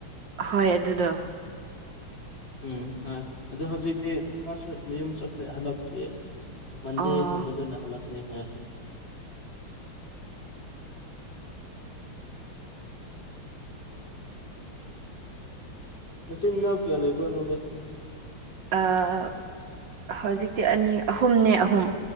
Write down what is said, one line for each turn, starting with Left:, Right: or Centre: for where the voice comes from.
Right: ꯍꯣꯏ ꯑꯗꯨꯗꯣ
Left: ꯎꯝ ꯍꯣꯏ ꯑꯗ ꯍꯧꯖꯤꯛꯇꯤ ꯃꯥꯁꯨ ꯃꯌꯨꯝ ꯆꯈ꯭ꯔꯠ ꯍꯜꯂꯛꯇ꯭ꯔꯤꯌꯦ ꯃꯟꯗꯦ
Right: ꯑꯣ
Left: ꯒꯨꯝꯕꯗꯅ ꯍꯟꯂꯛꯅꯦ ꯍꯥꯏ ꯅꯆꯤꯟ ꯅꯅꯥꯎ ꯀꯌꯥ ꯂꯩꯕ꯭ꯔꯣ ꯅꯪꯗꯤ
Right: ꯑ ꯍꯧꯖꯤꯛꯇꯤ ꯑꯅꯤ ꯑꯍꯨꯝꯅꯦ ꯑꯍꯨꯝ